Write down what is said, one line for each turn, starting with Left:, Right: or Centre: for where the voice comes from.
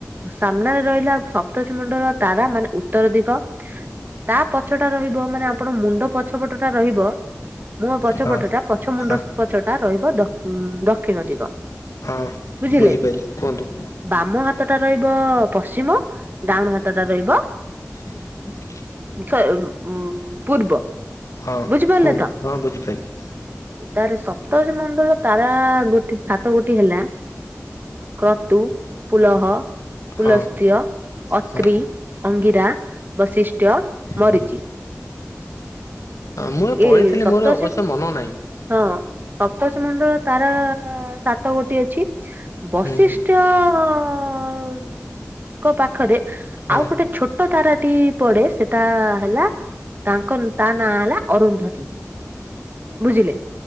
Right: ସାମ୍ନାରେ ରହିଲା ସପ୍ତଶୀ ମୁଣ୍ଡଳ ତାରା ମାନେ ଉତ୍ତର ଦିଗ। ତା ପଛଟା ରହିବ ମାନେ ଆପଣ ମୁଣ୍ଡ ପଛପଟ ଟା ରହିବ ମୁଁହ ପଛପଟା
Left: ହଁ
Right: ପଛ ମୁଣ୍ଡ
Left: ହଁ।
Right: ପଛଟା ରହିବ ଦକ୍ଷ୍ ଉ ଦକ୍ଷିଣ ଦିଗ।
Left: ହଁ
Right: ବୁଝିଲେ
Left: ବୁଝିପାରିଲି କୁହନ୍ତୁ।
Right: ବାମ ହାତଟା ରହିବ ପଶ୍ଚିମ ଡାହାଣ ହାତଟା ରହିବ
Left: <inaudible>
Right: ଶ୍ ଉ ପୂର୍ବ।
Left: ହଁ
Right: ବୁଝିପାରିଲେ
Left: କୁହନ୍ତୁ
Right: ତ
Left: ହଁ ବୁଝିପାରିଲି।
Right: ତାର ସପ୍ତଶି ମଣ୍ଡଳ ତାରା ଗୋଟି ସାତ ଗୋଟି ହେଲା କ୍ରତୁ ପୁଲହ ପୁଲସ୍ତ୍ୟ
Left: ହଁ
Right: ଅତ୍ର୍ରୀ
Left: ହଁ
Right: ଅଙ୍ଗିରା ବୈଶିଷ୍ଟ୍ୟ ମରିଚ।
Left: ହଁ ମୁଁ ଏ ପଢିଥିଲି
Right: ଏଇ ସପ୍ତର୍ଷି
Left: ମୋର ଅବଶ୍ୟ ମନ ନାହିଁ।
Right: ହଁ ସପ୍ତସ ମଣ୍ଡଳ ତାର ସାତ ଗୋଟିଏ ଅଛି। ବଶିଷ୍ଠ୍ୟ
Left: ହୁଁ
Right: ଅଅଙ୍କ ପାଖରେ
Left: ହଁ
Right: ଆଉ ଗୋଟେ ଛୋଟ ତାରାଟି ପଡେ ସେଟା ହେଲା ତାଙ୍କ ତା ନାଁ ହେଲା ଅରୁନ୍ଧତି। ବୁଝିଲେ?